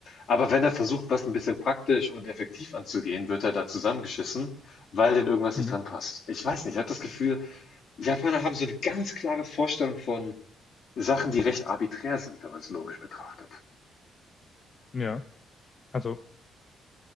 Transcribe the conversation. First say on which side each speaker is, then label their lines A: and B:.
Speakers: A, on the left; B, on the left.
A: Aber wenn er versucht, was ein bisschen praktisch und effektiv anzugehen, wird er da zusammengeschissen, weil denen irgendwas
B: Mhm.
A: nicht dran passt. Ich weiß nicht, ich habe das Gefühl, Japaner haben so eine ganz klare Vorstellung von Sachen, die recht arbiträr sind, wenn man es logisch betrachtet.
B: Ja, also